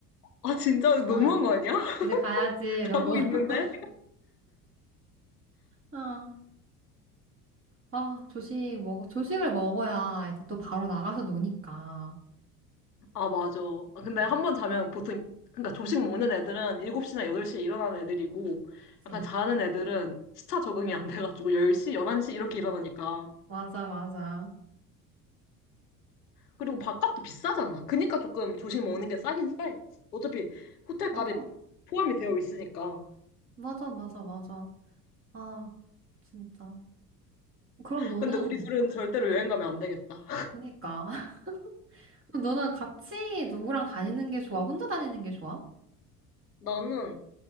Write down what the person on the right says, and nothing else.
<laughs>
아,
이제 가야지. 이러고.
<laughs> 아. 아, 조식 먹, 조식을 먹어야 이제 또 바로 나가서 노니까.
음.
그치?
맞아, 맞아.
맞아.
맞아, 맞아, 맞아. 아, 진짜. 그럼 너는,
그니까. <laughs> 그럼 너는 같이 누구랑 다니는 게 좋아? 혼자 다니는 게 좋아?